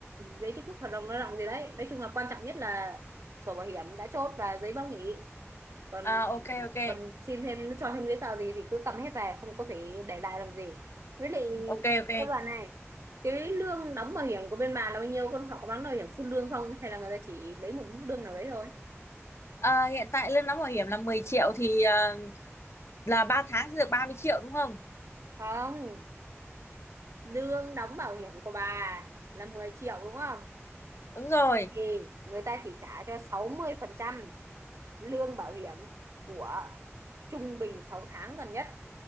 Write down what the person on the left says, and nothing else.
à ok ok
ok ok
Ờ, hiện tại lương đóng bảo hiểm là 10 triệu thì ờ, là 3 tháng sẽ được 30 triệu đúng không
đúng rồi